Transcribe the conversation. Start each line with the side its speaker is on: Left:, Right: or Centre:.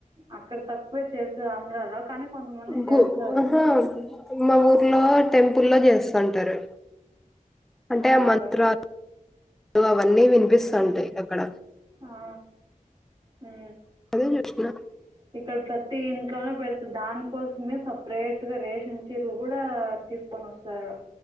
Right: అక్కడ తక్కువే చేసే ఆంధ్రాలో కానీ కొంతమంది చేస్తారు
Centre: గు <unintelligible> మా ఊర్లో టెంపుల్ లో చేసుంటారు అంటే
Right: అవునులే
Centre: మంత్ర <unintelligible> అవన్నీ వినిపిస్థాంటాయ్ అక్కడ
Right: ఆ ఉ
Centre: <unintelligible>
Right: ఇక్కడ ప్రతి ఇంట్లోనే పెడుతు దానికోసమే సపరేట్ గా రేషన్ చీరలు కూడా తీస్ <unintelligible>